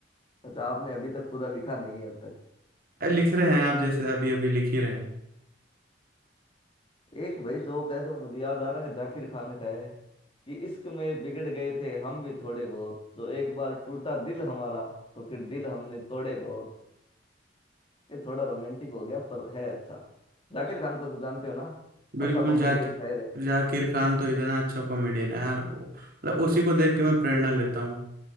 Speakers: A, on the left (about 30°); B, on the right (about 55°).
A: अच्छा आपने अभी तक पूरा लिखा नहीं है अब तक
B: अरे लिख रहे हैं आप जैसे अभी अभी लिख ही रहे हैं
A: एक वही जोक है जो मुझे याद आ रहा है जाकिर खान का है कि इश्क में बिगड़ गए थे हम भी थोड़े बहुत जो एक बार टूटा दिल हमारा तो फिर दिल हमने तोड़े बहुत ये थोड़ा रोमांटिक हो गया पर है अच्छा जाकिर खान को तो जानते हो ना
B: बिल्कुल
A: अच्छा कॉमेडियन
B: जाक
A: शायर है
B: जाकिर खान तो इतना अच्छा कॉमेडियन है यार वो मतलब उसी को देख के मैं प्रेरणा लेता हूँ